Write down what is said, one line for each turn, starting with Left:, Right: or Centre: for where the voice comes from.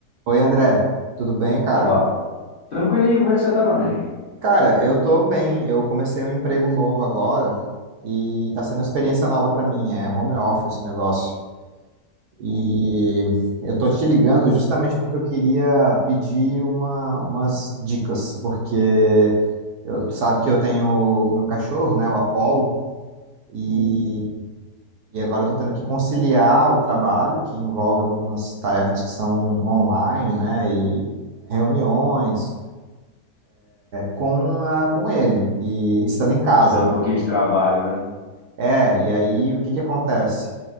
Right: Oi, André, tudo bem, cara?
Left: Opa, tranquilinho, como é que você tá, meu amigo?
Right: Cara, eu tô bem. Eu comecei um emprego novo agora e tá sendo uma experiência nova pra mim. É home office o negócio. E
Left: Hum,
Right: eu tô te ligando justamente porque eu queria pedir uma, umas dicas, porque eu, tu sabe que eu tenho o meu cachorro, né, o Apollo, e,
Left: uhum.
Right: e agora eu tô tendo que conciliar o trabalho, que envolve algumas tarefas que são online, né, e reuniões. com, a, com ele e estando em casa.
Left: Tá te dando um pouquinho de trabalho, né?
Right: É, e aí o que que acontece?